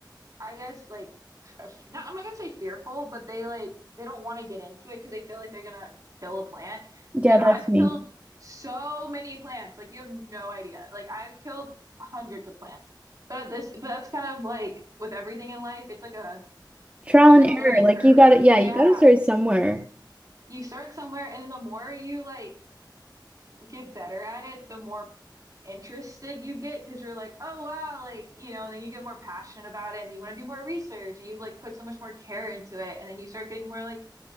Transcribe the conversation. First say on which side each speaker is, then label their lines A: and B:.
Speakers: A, on the right; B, on the right.
A: I guess like f- not I'm not gonna say fearful, but they like they don't want to get into it because they feel like they're gonna kill a plant.
B: Yeah,
A: And
B: that's
A: I've
B: me.
A: killed so many plants, like you have no idea. Like I've killed hundreds of plants. But at this, but that's kind of like with everything in life, it's like a
B: Trial and
A: there's
B: error.
A: a learning
B: Like
A: curve.
B: you got it. Yeah,
A: Yeah,
B: you got to start somewhere.
A: you start somewhere, and then the more you like get better at it, the more interested you get because you're like, oh wow, like, you know, and then you get more passionate about it and then you want to do more research and you like put so much more care into it. And then you start getting more like